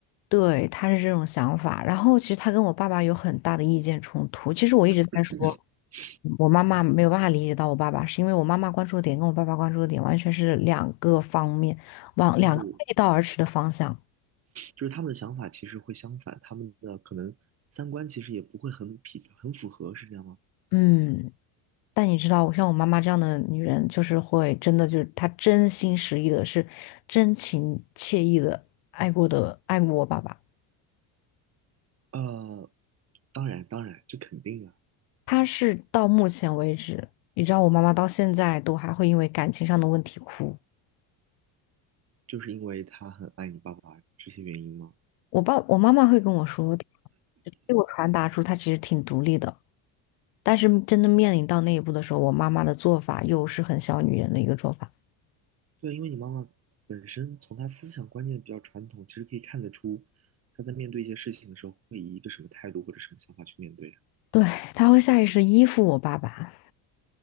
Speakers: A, on the left; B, on the right.
A: 对，他是这种想法。然后其实他跟我爸爸有很大的意见冲突。其实我一直在说，
B: <laughs>
A: 我妈妈没有办法理解到我爸爸，
B: 嗯，
A: 是因为我妈妈关注的点跟我爸爸关注的点完全是两个方面，往两个背道而驰的方向。
B: 就是就是他们的想法其实会相反，他们的可能三观其实也不会很匹很符合，是这样吗？
A: 嗯，但你知道，像我妈妈这样的女人，就是会真的就是她真心实意的，是真情切意的爱过的爱过我爸爸。
B: 呃，当然当然，这肯定啊，
A: 她是到目前为止，你知道我妈妈到现在都还会因为感情上的问题哭。
B: 就是因为他很爱你爸爸这些原因吗？
A: 我爸我妈妈会跟我说，给我传达出她其实挺独立的，但是真的面临到那一步的时候，我妈妈的做法又是很小女人的一个做法。
B: 对，因为你妈妈本身从她思想观念比较传统，其实可以看得出她在面对一些事情的时候会以一个什么态度或者什么想法去面对。
A: 对，她会下意识地依附我爸爸，